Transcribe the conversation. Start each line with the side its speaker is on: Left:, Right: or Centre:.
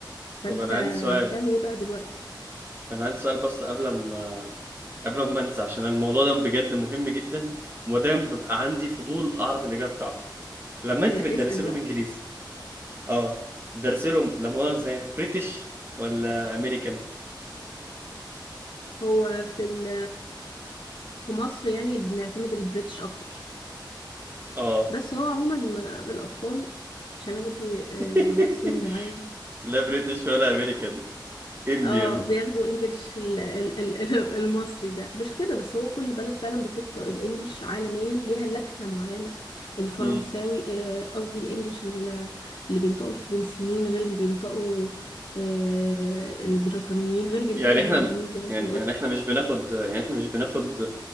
Left: فانت
Right: طب أنا عندي سؤال
Left: بتعمل ايه بقى دلوقتي
Right: أنا عندي سؤال بس قبل ما قبل ما انسى عشان الموضوع ده بجد مهم جدا ودايما ببقى عندي فضول اعرف الاجابه بتاعته لما انت
Left: لا
Right: بتدرس
Left: اسأل
Right: لهم
Left: بقى
Right: انجليزي اه بتدرس لهم لا مؤاخذه يعني بريتش ولا امريكان
Left: هو في ال- في مصر يعني بنعتمد البريتش اكتر
Right: اه
Left: بس هو عموما م- الاطفال عشان انا بدي آه،
Right: <laughs>
Left: لغاية سن معين
Right: لا بريتش ولا امريكان انديان
Left: اه بياخدوا انجلش ال- ال- ال- ال- المصري ده مش كده بس هو كل بلد فعلا بتطبق الانجلش عالميا ليها لكنة معينة الفرنساوي
Right: مم.
Left: آه، قصدي الانجلش ال- اللي بينطقوا الفرنسيين غير اللي بينطقوا آه، البريطانيين غير اللي
Right: يعني
Left: بينطقوا الهنديين
Right: احنا
Left: زي ما
Right: يعني
Left: انت ما
Right: يعني
Left: قلت
Right: احنا مش بناخد يعني احنا مش بناخد